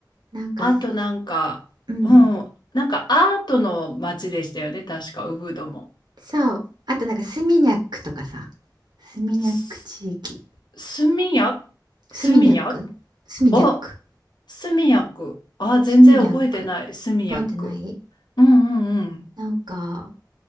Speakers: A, on the right (about 70°); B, on the left (about 75°).
A: なんか、
B: あとなんか、
A: うん。
B: うん、なんかアートの街でしたよね、確か、ウブドも。
A: そう。あと、なんか、スミニャックとかさ。スミニャック地域。
B: すスミヤスミヤ
A: スミニャックスミニャック。
B: お、スミヤク。あ、全然覚えてない、
A: スミニャック。
B: スミヤク。
A: 覚えてない
B: うんうんうん。
A: なんか、